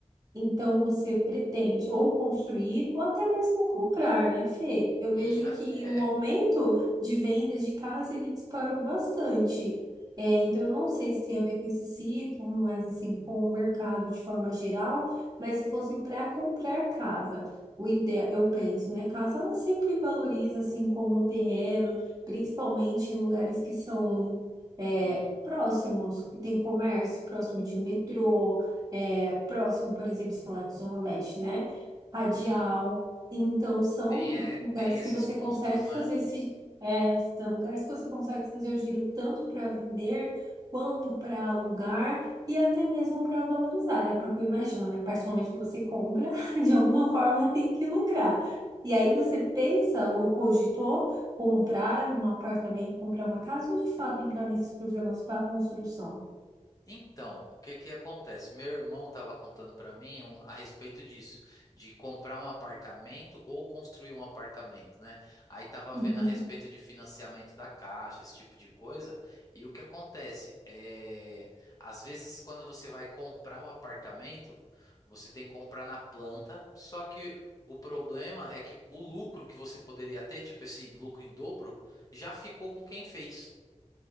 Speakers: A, on the right; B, on the left.
A: Então você pretende ou construir ou até mesmo comprar, né, Fê? Eu
B: hum,
A: vejo
B: ah,
A: que
B: é.
A: o aumento de vendas de casa ele disparou bastante. É, então eu não sei se tem a ver com esse ciclo, mas assim, com o mercado de forma geral, mas se fosse para comprar casa, o ideal, eu penso, né? Casa ela sempre valoriza assim como terreno, principalmente em lugares que são é,
B: Hum,
A: próximos, que tem comércio, próximo de metrô é, próximo, por exemplo, se falar de Zona Leste, né? Radial.
B: hum.
A: Então, são
B: Tem, é, tem
A: lugares
B: esses
A: que você
B: pontos,
A: consegue
B: né?
A: fazer esse, é, são lugares que você consegue fazer o giro tanto para vender quanto para alugar e até mesmo para valorizar, né? Porque eu imagino, né? A partir do momento que você compra, <laughs> de alguma forma tem que lucrar. E aí
B: É,
A: você pensa ou cogitou comprar um apartamento, comprar uma casa ou de fato entrar nesses programas para construção?
B: Então, o que que acontece? Meu irmão estava contando para mim um- a respeito disso, de comprar um apartamento ou construir um apartamento, né? Aí tava
A: Uhum.
B: vendo a respeito de financiamento da Caixa, esse tipo de coisa. E o que acontece? É, às vezes, quando você vai comprar o apartamento, você tem que comprar na planta, só que o problema é que o lucro que você poderia ter, tipo esse lucro em dobro, já ficou com quem fez